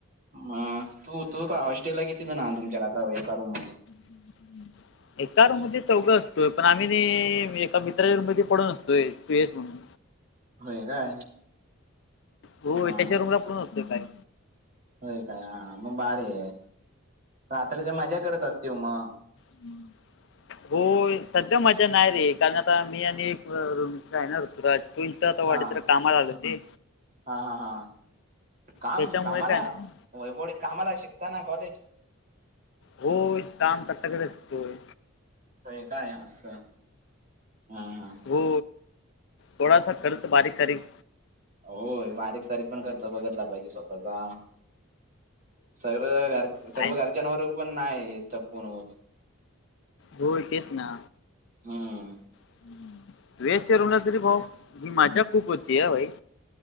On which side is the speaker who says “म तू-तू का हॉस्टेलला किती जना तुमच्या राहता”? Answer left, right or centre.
Right